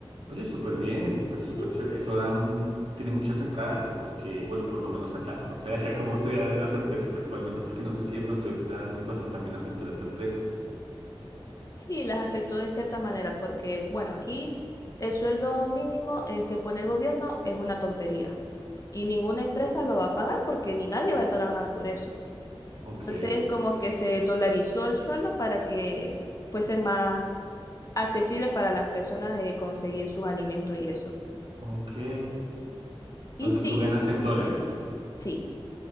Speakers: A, on the right; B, on the left.
A: Oye, súper bien, pero súper
B: Sí,
A: chévere. Eso da, mm, tiene muchas entradas porque, bueno, por lo menos acá, no sé <laughs> allá cómo se dan las empresas actualmente porque no sé si de pronto esta situación también afectó a las empresas.
B: sí, las afectó en cierta manera porque, bueno, aquí el sueldo mínimo es que pone el gobierno es una tontería y ninguna empresa lo va a pagar porque ni nadie va a trabajar por eso.
A: Ok.
B: Entonces, como que se dolarizó el sueldo para que fuese más accesible para las personas de conseguir sus alimentos y eso.
A: Ok.
B: Y
A: Entonces
B: sí,
A: tú ganas en dólares.
B: sí.